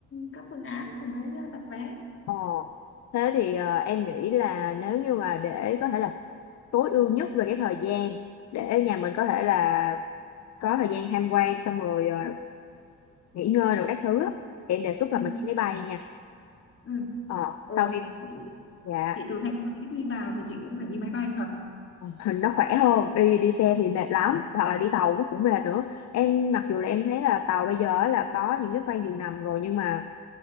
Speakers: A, on the left; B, on the left.
A: các phương án rồi mới đặt vé
B: Ờ, thế thì ờ, em nghĩ là nếu như mà để có thể là tối ưu nhất về cái thời gian để nhà mình có thể là có thời gian tham quan xong rồi ờ, nghỉ ngơi rồi các thứ á, em đề xuất
A: ừ
B: là mình đi máy bay nha.
A: ừ
B: Ờ,
A: ừ
B: sau khi
A: chị,
B: dạ
A: chị từ Thanh Hóa đi vào thì chị cũng phải đi máy bay thật
B: hình nó khỏe hơn đi đi xe thì mệt lắm hoặc là đi tàu nó cũng mệt nữa em mặc dù là em thấy là tàu bây giờ á là có những cái khoang giường nằm rồi nhưng mà